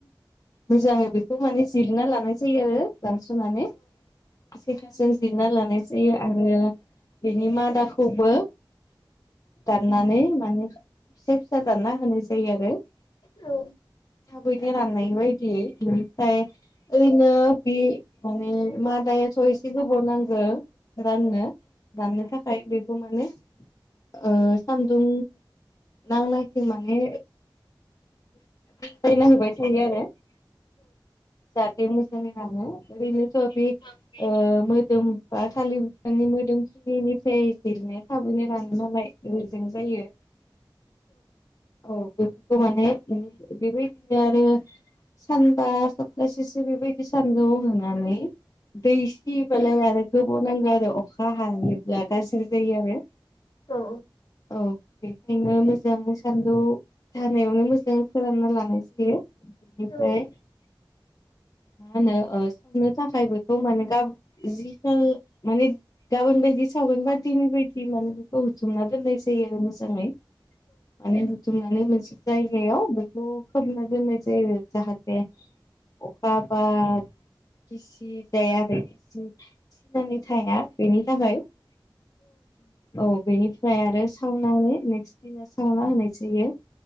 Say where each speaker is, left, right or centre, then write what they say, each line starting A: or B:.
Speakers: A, on the left; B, on the left.
A: मोजाङै बेखौ माने जिरना लानाय जायो आरो दानस'नानै। सथासो जिरना लानाय जायो आरो बेनि मादाखौबो दाननानै माने फिसा फिसा दानना होनाय जायो आरो
B: औ
A: थाबैनो राननाय बायदि ओमफ्राय ओरैनो बे माने मादायाथ' एसे गोबाव नांगौ राननो। दाननो थाखाय बेखौ माने ओ सान्दुं नांनायथिं माने बायला होबाय थायो आरो जाथ मोजांरानो बिनो
B: <unintelligible>
A: ओ मोदोम बा थालिर बिफांनि मोदोमखिनिनिफ्राय जिरनाया थाबैनो रानों नालाय। हजों जायो औ बेफोरखौ माने बेबायदिनो आरो सानबा सप्तासेसो बेबायदि सान्दुं होनानै दै सियोबालाय आरो गोबाव नांगौ आरो अखा हायोब्ला गाज्रि जायो आरो
B: औ
A: औ बेखायनो मोजां सान्दुं हानायावनो मोजाङै फोरानना लानाय जायो बेनिफ्राय
B: औ
A: मा होनो संनो थाखायबो औ मानो ग जि माने गाबोन बायदि सावगोन बा दिनै बायदि मान बुथुमना दोननाय जायो आरो मोजाङै माने बुथुमनानै मोनसे जायगायाव बेखौ फोरोंना दोननाय जायो जाहाथे अखा बाद खिसि जाया आरो इ थिनानै थाया बेनि थाखाय औ बेनिफ्राय आरो सावनावनो नेक्स्ट दिना सावना होनाय जायो